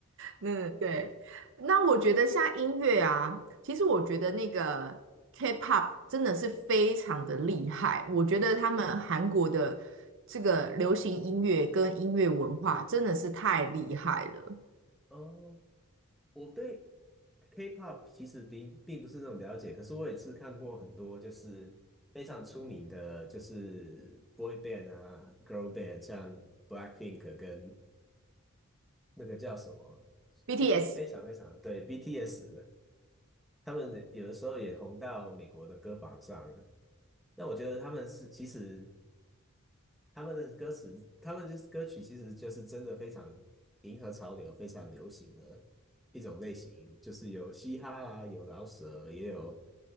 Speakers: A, on the right; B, in the centre.
A: 嗯，对。那我觉得像音乐啊，其实我觉得那个 K-pop 真的是非常的厉害。我觉得他们韩国的这个流行音乐跟音乐文化真的是太厉害了。
B: 哦，我对 K-pop 其实并并不是那么了解，可是我也是看过很多就是非常出名的，就是 boy band 啊，girl band，像 Blackpink 跟那个叫什么，
A: BTS，
B: 最近非常非常对 BTS 的，他们有的时候也红到美国的歌榜上了。那我觉得他们是其实他们的歌词，他们就是歌曲，其实就是真的非常迎合潮流、非常流行的一种类型，就是有嘻哈啊，有饶舌，也有